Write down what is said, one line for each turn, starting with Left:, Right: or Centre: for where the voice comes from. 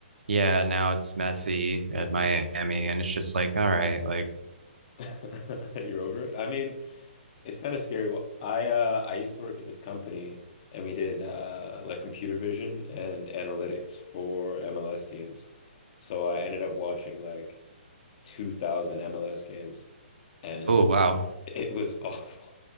Right: Yeah, now it's Messi at
Left: Yeah.
Right: Miami, and it's just like all right, like
Left: <laughs> You're over it. I mean, it's kind of scary. Well, I uh I used to work at this company and we did uh like computer vision and analytics for MLS teams. So I ended up watching like 2000 MLS games and
Right: oh wow,
Left: it was awful. <laughs>